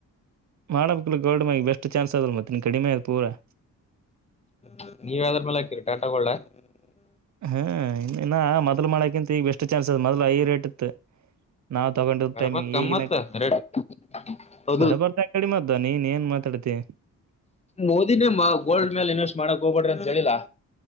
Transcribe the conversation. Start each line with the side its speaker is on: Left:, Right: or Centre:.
Right: ಮಾಡಬೇಕಕ್ ಗೋಲ್ಡ್ ಮಿ ಬೆಸ್ಟ್ ಚಾನ್ಸ್ ಅದಲ್ ಮತ್ತೆ ನೀನ್ ಕಡಿಮೆ ಅದು ಪೂರ
Left: ಹ್ಮ ನೀವ ಯ್ದ್ರ ಮೇಲೆ ಹಾಕಿರಿ ಟಾಟಗೋಳ <unintelligible>
Right: ಹ್ಮ ಇನ್ನ ಮೊದ್ಲು ಮಾಡಕಿಂತ ಈಗ ಎಷ್ಟು ಚಾನ್ಸ್ ಅದ ಮೊದ್ಲು ಐ ರೇಟ್ ಇತ್ತು ನಾವ್ ತಗೊಂಡಿರ್ತೇ
Left: ಬರ್ಬತ್
Right: ಮ <unintelligible>
Left: ಕಮ್ಮತ್ತ
Right: ಈಗಿನ
Left: ರೇಟ್ ಹೌದು
Right: ಬರಬಾರ್ದ ಆ ಕಡಿ ಮಾದ್ದ ನೀನ್ ಏನ್ ಮಾತಾಡ್ತಿ
Left: ಮೋದಿನೇ ಮ <unintelligible> ಗೋಲ್ಡ್ ಮೇಲ್ ಇನ್ವೆಸ್ಟ್ ಮಾಡಕ್ ಹೋಗ್ಬಡ್ರಿ ಅಂತ ಹೇಳಿಲ್ಲಾ